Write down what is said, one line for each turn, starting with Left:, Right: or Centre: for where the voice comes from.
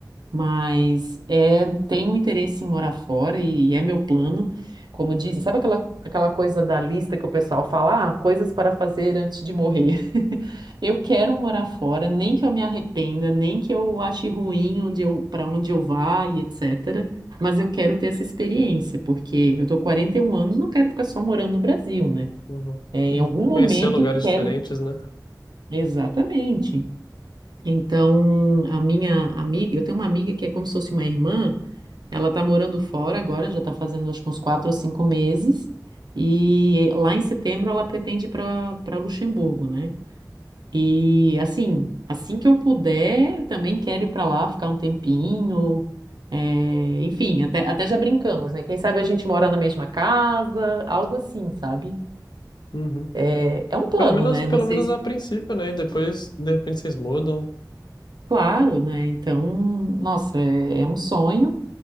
Right: Mas é, tenho interesse em morar fora e, é meu plano. Como dizem, sabe aquela, aquela coisa da lista que o pessoal fala, ah, coisas para fazer antes de morrer? <laughs> Eu quero morar fora, nem que eu me arrependa, nem que eu ache ruim onde eu, para onde eu vá e etc. Mas eu quero ter essa experiência, porque eu tô com 41 anos, não quero ficar só morando no Brasil, né?
Left: uhum.
Right: É,
Left: De,
Right: em algum
Left: de conhecer
Right: momento
Left: lugares
Right: quero.
Left: diferentes, né?
Right: Exatamente. Então, a minha amiga, eu tenho uma amiga que é como se fosse uma irmã. Ela tá morando fora agora, já tá fazendo acho que uns quatro ou cinco meses. E lá em setembro ela pretende ir para para Luxemburgo, né? E assim, assim que eu puder, também quero ir para lá ficar um tempinho. é, enfim, até, até já brincamos, né? Quem sabe a gente mora na mesma casa, algo assim, sabe?
Left: Uhum.
Right: É, é um plano,
Left: Pelo menos,
Right: né?
Left: pelo
Right: Não sei
Left: menos
Right: se.
Left: a princípio, né? E depois, de repente, vocês mudam.
Right: Claro, né? Então, nossa, é é um sonho.